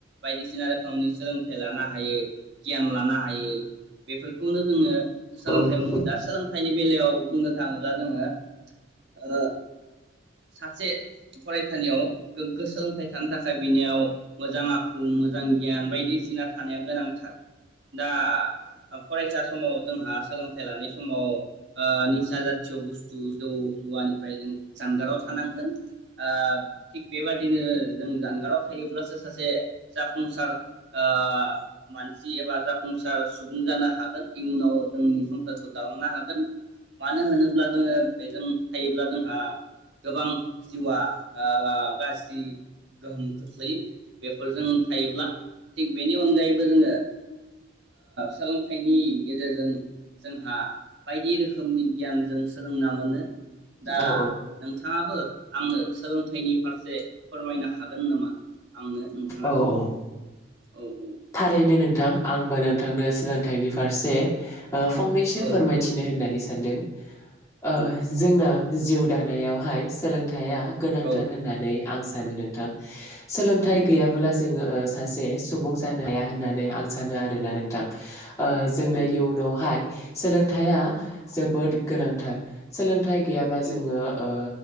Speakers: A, on the right (about 60°); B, on the left (about 15°).
A: बायदिसिना रोखोमनि सोलोंथाइ लानो हायो गियान लानो हायो बेफोरखौनो जोङो सोलोंथाइ
B: औ नंगौ
A: बुङो दा सोलोंथाइनि बेलायाव बुंनो थाङोब्ला जोङो ओ सासे फरायसालियाव गोग्गो सोलोंथाइ थानो थाखाय बेनियाव मोजां आखु मोजां गियान बायदिसिना थानाया गोनांथार दा फरायसा समाव जोंहा सोलोंथाइ लानाय समाव ओ निसा जाथिय बुस्थु जौ जुवानिफ्राय जों जानगाराव थानांगोन ओ थिग बेबादिनो जों जानगाराव थायोब्लासो सासे जाफुंसार ओ मानसि एबा जाफुंसार सुबुं जानो हागोन इयुनाव जोंनि संसारखौ दालांनो हागोन मानो होनोब्ला जोङो बेजों थायोब्ला जोंहा गोबां जिउआ गाज्रि गोहोम खोख्लैयो बेफोरजों थायोब्ला थिग बेनि अनगायैबो जोङो ओ सोलोंथाइनि गेजेरजों जोंहा बायदि रोखोमनि गियान जों सोलोंना मोनो दा
B: औ
A: नोंथाङाबो आंनो सोलों थाइनि फारसे फोरमायनो हागोन नामा आंनो नोंथाङा
B: औ औ
A: औ औ
B: थारैनो नोंथां आंबो नोंथांनो सोलोंथाइनि फारसे ओ फंनैसो
A: औ
B: फोरमायथिनो होननानै सानदों ओ
A: औ
B: जोंना जिउ दानायावहाय सोलों थाइया गोनांथार
A: औ
B: होननानै आं सानो नोंथां सोलोंथाइ
A: नंगौ
B: गैयाबोला जोङो ओ सासे सुबुं जानो हाया होननानै आं सानो आरोना नोंथां ओ जोंनो
A: नंगौ
B: इयुनावहाय सोलोंथाइया जोबोद गोनांथार सोलों थाइ गैयाबा जोङो
A: औ
B: ओ